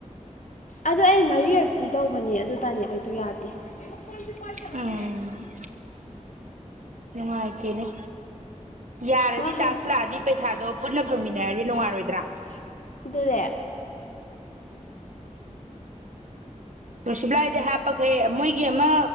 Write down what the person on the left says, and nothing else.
ꯑꯗꯨ ꯑꯩ ꯃꯔꯤꯔꯛꯇꯤ ꯇꯧꯕꯅꯤ ꯑꯗꯨ ꯇꯅꯤ ꯑꯩꯗ ꯌꯥꯗꯦ ꯄꯗꯤ ꯄꯁꯅ
ꯅꯣꯡꯅꯦ
ꯃꯥ ꯍꯪꯉ
ꯑꯗꯨꯅꯦ